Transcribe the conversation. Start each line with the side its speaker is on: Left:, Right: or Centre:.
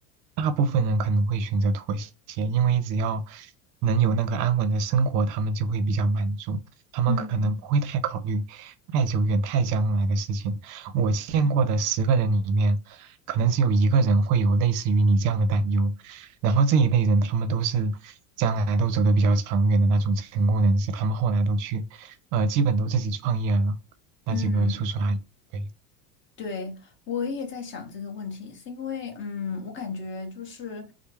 Right: 大部分人可能会选择妥协，因为只要能有那个安稳的生活，他们就会比较满足，他们可能不会太考虑太久远、
Left: 嗯
Right: 太将来的事情。我见过的十个人里面，
Left: 嗯
Right: 可能只有一个人会有类似于你这样的担忧，然后这一类人他们都是。将来都走得比较长远的那种成功人士，他们后来都去，呃，基本都自己创业了。那几个叔叔阿姨，
Left: 嗯，
Right: 对。
Left: 对，我也在想这个问题，是因为，嗯，我感觉就是，